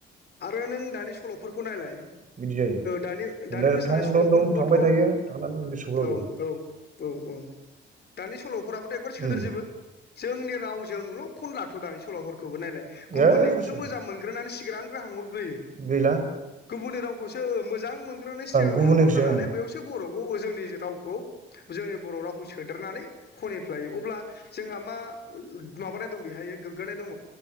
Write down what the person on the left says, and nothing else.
आरो नों दानि सल'फोरखौ नायलाय
दानि
दानि मोसानाय
सल'फोरखौबोथ'
औ
औ औ औ। दानि सल'फोराबोथ' एकबार सोदेरजोबो
जोंनि रावजोंल' खन लाथ' दानि सल'फोरखौ खौबो नायलाय गुबुननिखौसो
मोजां मोनग्रोनानै सिग्रां ग्राहां हरग्रोयो
गुबुननि रावखौसो मोजां मोनग्रोनानै सिगांग्रो
हाहरग्रोनानै बेयावसो बर' बर जोंनि रावखौ जोंनि बर' राव खौ सोदेरनानै खनहैफ्लायो अब्ला जोंहा मा माबानाय दं बेहायो गोग्गानाय दङ